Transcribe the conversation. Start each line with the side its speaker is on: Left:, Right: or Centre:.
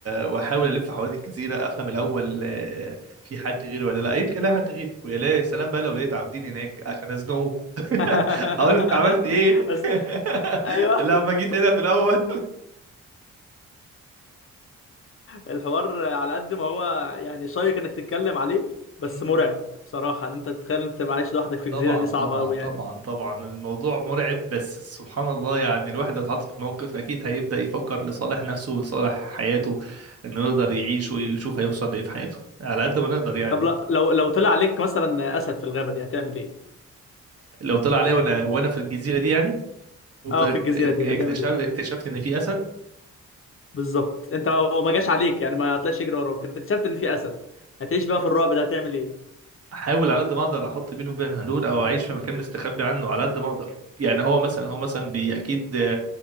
Right: واحاول الف حوالين الجزيره افهم الاول آه، في حد غيري ولا لا يمكن الاقي حد غيري ويا لا- يا سلام بقى لو لقيت عابدين هناك عشان ازنقه
Left: <laughs>
Right: اقول لك عملت ايه
Left: بس
Right: <laughs>
Left: ايوه
Right: لما جيت هنا في الاول
Left: الحوار على قد ما هو يعني شيق انك تتكلم عليه بس
Right: <laughs>
Left: مرعب صراحه ان انت تتخيل انت تبقى عايش لوحدك في
Right: طبعا
Left: جزيره دي
Right: طبعا
Left: صعبه قوي يعني
Right: طبعا طبعا الموضوع مرعب بس سبحان الله يعني الواحد لو اتحط في الموقف اكيد هيبدأ يفكر لصالح نفسه ولصالح حياته انه يقدر يعيش ويشوف هيوصل لايه في حياته على قد ما نقدر يعني
Left: طب لا- لو لو طلع عليك مثلا اسد في الغابه دي هتعمل ايه
Right: لو طلع عليا وانا وانا في الجزيرة دي يعني واكتشفت
Left: اه في الجزيره دي هتعمل ايه
Right: اكتشفت ان في اسد
Left: بالظبط انت هو ما جاش عليك يعني ما هتلاقيش يجري وراك انت اكتشفت ان في اسد هتعيش بقى في الرعب ده هتعمل ايه
Right: احاول على قد ما اقدر احط بينه وبين هلول او اعيش في مكان مستخبي عنه على قد ما اقدر يعني هو مثلا هو مثلا بي اكيد